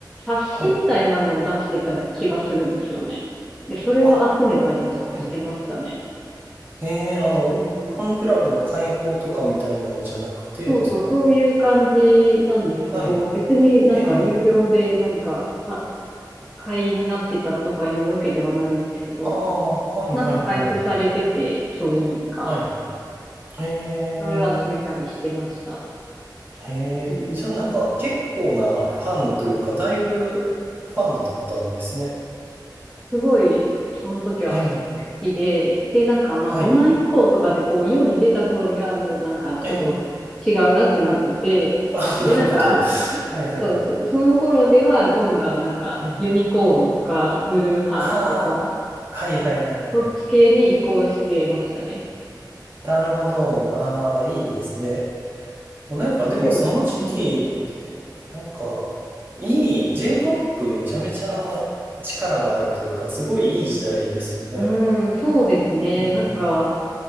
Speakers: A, in the centre; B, on the right.
A: 冊子みたいなのを出してた気がするんですよね。
B: はい。
A: で、それを集めたりし、
B: あ、はい。
A: してましたね。
B: ええ、あの、
A: うん。
B: ファンクラブの会報とかみたいなのじゃなくてですか
A: そうそう、そういう感じなんですけど、
B: はい。
A: 別になんか有料で何かあ
B: ええ、
A: 会員になってたとかいうわけではないんですけど、
B: ああ、はい、
A: なんか配布されてて、
B: はい、はい。
A: そういうのが、
B: はい。え
A: それを集めたりしてました。
B: え、ええ、
A: うん
B: じゃあなんか結構なファンというか、だいぶファンだったんですね。
A: すごい、その時は好
B: ええ、
A: きで、で、なんかまあ、
B: はい。
A: ロマン飛行とかでこう、世に出た頃にはもうなんか、ちょっと違うなってなってて、
B: ええ、あ、なるほど。
A: で、なんか、
B: はい、はい。
A: そうそ、その頃には今度はなんか、
B: ええ
A: ユニコーンとか、ブルーハーツとか、
B: ああ、はいはいはいはい。
A: そっち系に移行してましたね。
B: なるほど。ああ、いいですね。もうなんかでもその時期って、
A: でも、うん。
B: なんか、いい、J-POP めちゃめちゃ力があるというか、すごいいい時代ですよね。
A: うーん、そうですね。
B: うん。
A: なんか、